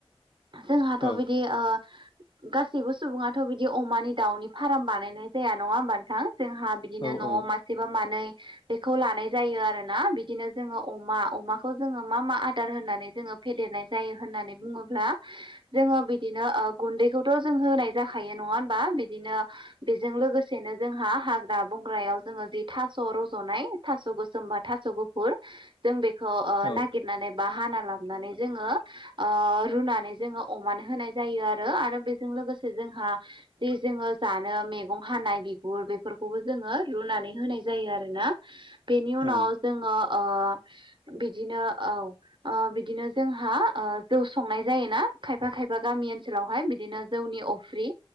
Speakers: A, on the right (about 50°); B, on the left (about 50°).
A: जोंहाथ'
B: औ
A: बिदि ओ गासैबो सुबुङाथ' बिदि अमानि दाउनि फार्म बानायनाय जाया नङा होमबा नोंथां? जोंहा बिदिनो
B: औ औ
A: न'आव
B: औ
A: मासेबा मानै बेखौ लानाय जायो आरोना बिदिनो जोङो अमा अमाखौ जोङो मा मा आदार होननानै जोङो फेदेरनाय जायो होन नानै बुङोब्ला जोङो बिदिनो गुन्दैखौथ' जों होनाय जाखायो नङा होमबा बिदिनो बेजों लोगोसेनो जोंहा हाग्रा बंग्रायाव जोङो जि थास' रज'नाय थास' गो जेनबा थास' गुफुर जों बेखौ ओ
B: औ
A: नागिरनानै बा हाना लाबनानै जोङो ओ रुनानै जोङो अमानो होनाय जायो आरो आरो बेजों लोगोसे जोंहा जे जोङो जानो मेगं हानाय बिगुर बेफोरखौबो जोङो रुनानै होनाय जायो आरोना बेनि उनाव
B: औ
A: जोङो ओ बिदिनो औ ओ बिदिनो जोंहा ओ जौ संनाय जायोना खायफा खायफा गामि ओनसोलावहाय बिदिनो जौनि अफ्रि